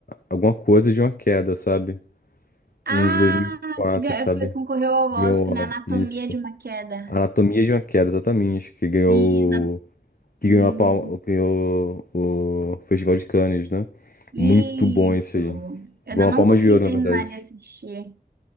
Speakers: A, on the left; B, on the right.
A: alguma coisa de uma queda, sabe?
B: Ah,
A: Um de dois mil e quatro
B: que ga-
A: sabe?
B: foi, concorreu ao
A: Ganhou
B: Oscar na
A: ah,
B: Anatomia
A: isso.
B: de uma Queda.
A: Anatomia de uma queda, exatamente. Que ganhou.
B: Sim, ainda-
A: Que
B: hum,
A: ganhou a palma. Ganhou o Festival de Cannes, né?
B: isso.
A: Muito bom esse aí.
B: Eu ainda
A: Ganhou uma
B: não
A: palma
B: consegui
A: de ouro,
B: terminar
A: na verdade.
B: de assistir.